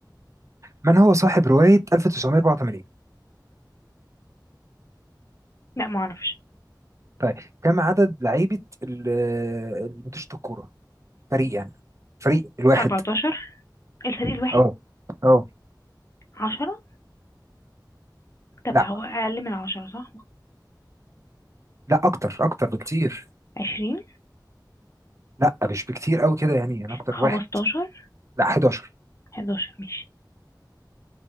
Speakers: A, on the right; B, on the left.
A: من هو صاحب روايه 1984
B: لا معرفش
A: طيب كم عدد لعيبة ال- اللي بتشوط الكورة فريق يعني فريق الواحد
B: 14 الفريق الواحد
A: اه اه
B: 10 طب
A: لا
B: هو أقل من 10 صح
A: لا اكتر اكتر بكتير
B: 20
A: لا مش بكتير قوي كده يعني يعني اكتر
B: 15
A: واحد لا 11
B: 11 ماشي